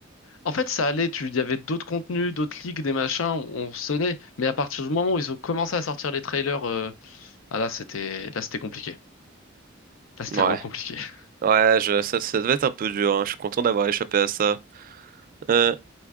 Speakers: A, on the left; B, on the right.
A: En fait, ça allait, tu, il y avait d'autres contenus, d'autres leaks, des machins, on, on sonnait, mais à partir du moment où ils ont commencé à sortir les trailers, euh, ah là, c'était, là, c'était compliqué. Là, c'était
B: Ouais.
A: vraiment compliqué. <laughs>
B: Ouais, je, ça, ça devait être un peu dur. hein. Je suis content d'avoir échappé à ça. Euh,